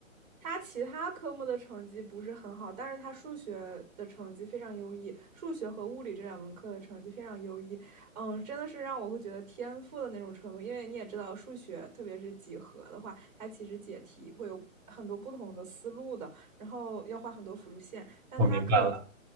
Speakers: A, on the right; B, on the right.
A: 他其他科目的成绩不是很好，但是他数学的成绩非常优异，数学和物理这两门课的成绩非常优异。嗯，真的是让我会觉得天赋的那种程度，因为你也知道，数学特别是几何的话，它其实解题会有很多不同的思路的，然后要画很多辅助线，但他可以
B: 我明白了。